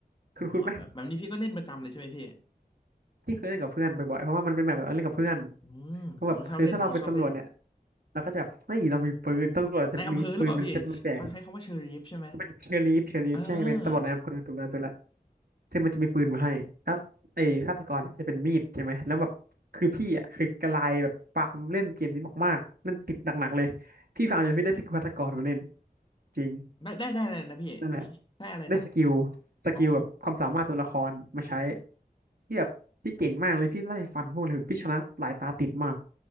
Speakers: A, on the left; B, on the right.
A: โอ้โหแบบแบบนี้พี่ก็เล่นประจำเลยใช่ไหมพี่
B: คุณคุณไหมพี่เคยเล่นกับเพื่อนบ่อยๆเพราะว่ามันเป็นแบบเอล่นกับเพื่อน
A: อืมผมก็ชอบเล่นผมก็ชอบเล่น
B: เพราะแบบคือถ้าเราเป็นตำรวจเนี่ยเราก็จะแบบเฮ้ยเรามีปืนตำรวจจะมีปืนเป็นเซตมาแจก
A: ในอำเภอหรือเปล่าพี่เขาใช้คำว่าเชอรีฟใช่ไหม
B: เป็นเชอรลีฟเชอรลีฟใช่เป็นตำรวจในอำเภอตุลาตุลา
A: เออ
B: ซึ่งมันจะมีปืนมาให้แล้วไอ้ฆาตกรน่ะจะเป็นมีดใช่ไหมแล้วแบบคือพี่อ่ะคือกระลายแบบปามเล่นเกมนี้มากๆเล่นติดหนักๆเลยพี่ฟาร์มจนพี่ได้สกิลฆาตกรมาเล่นจริง
A: ได้ได้ได้อะไรนะพี่
B: นั่นแหละ
A: ได้อะไรนะ
B: ได้สกิลสกิลแบบความสามารถตัวละครมาใช้
A: อ๋อ
B: ที่แบบพี่เก่งมากเลยพี่ไล่ฟันพวกเลยพี่ชนะหลายตาติดมาก